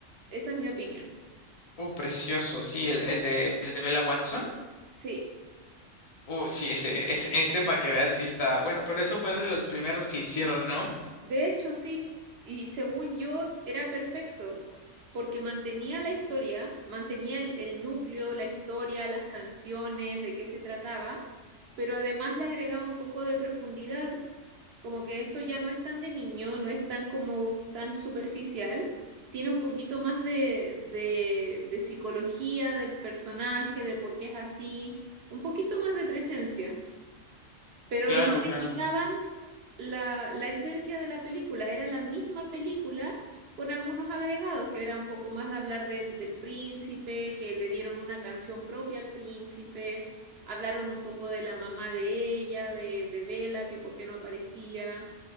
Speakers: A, on the right; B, on the left.
A: Esa es mi opinión.
B: Uh, precioso, sí, el, el de, el de Bella Watson.
A: Sí,
B: Uh, sí, ese, ese, ese para que veas si está bueno, pero eso fue de los primeros que hicieron, ¿no?
A: de hecho sí. Y según yo, era perfecto, porque mantenía la historia, mantenía el, el núcleo, la historia, las canciones, de qué se trataba, pero además le agregaba un poco de profundidad Como que esto ya no es tan de niño, no es tan como tan superficial, tiene un poquito más de, de, de psicología del personaje, de por qué es así, un poquito más de presencia, pero
B: Claro,
A: no le
B: claro.
A: quitaban la, la esencia de la película, era la misma película con algunos agregados, que era un poco más de hablar del, del príncipe, que le dieron una canción propia al príncipe, hablaron un poco de la mamá de ella, de, de Bella, que por qué no aparecía